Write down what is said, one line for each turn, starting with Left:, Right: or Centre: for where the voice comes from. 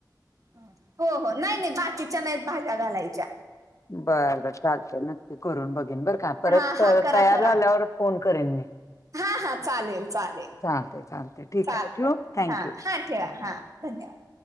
Right: हो हो नाही नाही बाकीच्या नाही भाज्या घालायच्या
Left: बरं बर चालतंय नक्की करून बघेन बरं का परत
Right: हा हा करा
Left: तयार
Right: करा.
Left: झाल्यावर फोन करेन मी,
Right: हा हा चालेल चालेल
Left: चालतय चालतय ठीक
Right: चालतंय
Left: आहे ठेवू थँक्यू
Right: हा हा ठेवा हा धन्यवाद